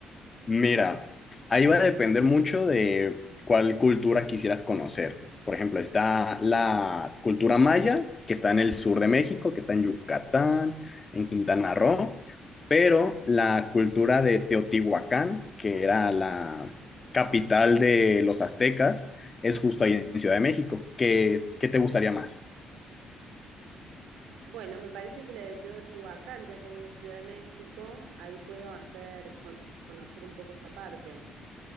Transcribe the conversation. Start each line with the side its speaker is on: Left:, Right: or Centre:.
Left: Mira, ahí va a depender mucho de cuál cultura quisieras conocer. Por ejemplo, está la cultura maya, que está en el sur de México, que está en Yucatán, en Quintana Roo, pero la cultura de Teotihuacán, que era la capital de los aztecas, es justo ahí en Ciudad de México. ¿Qué, qué te gustaría más?
Right: Bueno, me parece que la de Teotihuacán, ya que voy a Ciudad de México, ahí puedo hacer, con- conocer un poco esa parte.